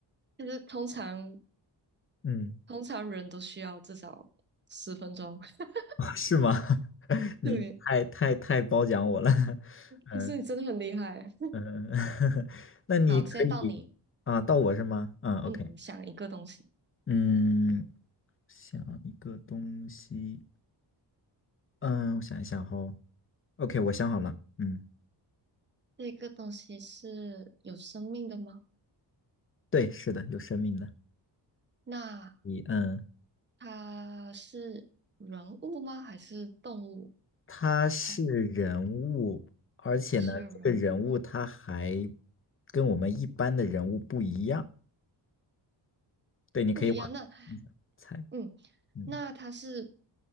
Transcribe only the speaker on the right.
就是通常
通常人都需要至少十分钟。<laughs>
对，
就是你真的很厉害。
好，现在到你，
嗯，想一个东西，
这个东西是有生命的吗？
那
它是人物吗？还是动物？
还
它是人物
不一样？那
嗯，
那他是